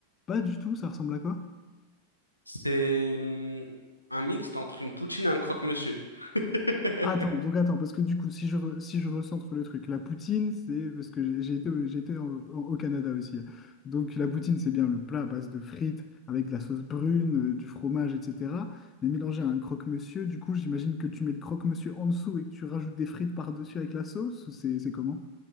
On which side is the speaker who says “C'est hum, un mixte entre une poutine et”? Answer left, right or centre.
Left